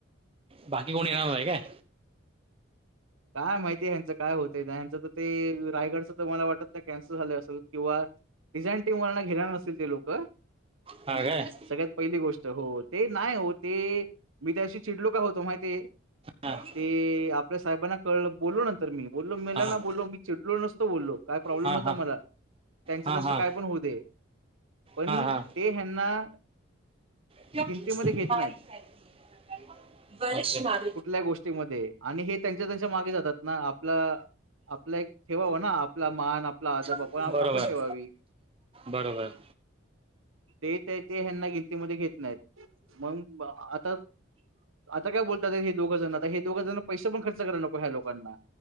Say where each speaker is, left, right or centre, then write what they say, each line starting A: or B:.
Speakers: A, on the right; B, on the right.
A: बाकी कोणी येणारं नाहीं कायं?
B: कायं माहिती ह्यांचं कायं होतय ना? ह्यांचं तरं ते रायगडचं तरं मला वाटतं कॅन्सल झालं असेल किंवा- डिझाईन टीम वाल्यांना घेणारं नसतील ते लोकं.
A: हां काय?
B: सगळ्यांत पहिली गोष्ट. हो. ते नाहीं हो ते मी त्या दीवशी चिडलो कां होतो माहिती आहे?
A: हां.
B: ते आपल्या साहेबांना कळ बोललो. नंतर मी बोललो मेला
A: हा
B: नां बोलो मी चिडलो नसतो बोललो. कायं प्रॉब्लेम
A: हा
B: नव्हता
A: हा
B: मला. त्यांचं
A: हा
B: त्यांचं
A: हा
B: कायं पणं होऊ दे. पणं
A: हा हा
B: ते ह्यांना-
A: क्योकिसे
B: किमतीमध्ये
A: बिमारी
B: घेत नाहीत.
A: फैलती है
B: कुठल्या गोष्टीमध्ये आणि हे त्यांच्या त्यांच्या मागे जातात ना आपला आपला एक ठेवावा ना आपला मान, आपला आदब आपण
A: <inaudible> बरोबर.
B: आपण ठेवावी.
A: बरोबर.
B: ते ते ते ह्यांना गिनतीमध्ये घेतं नाहीत मगं ब आता आता कायं बोलतात हे दोघजंण आता हे दोघं जणाना पैसे पणं खर्च करायला नको ह्या लोकांना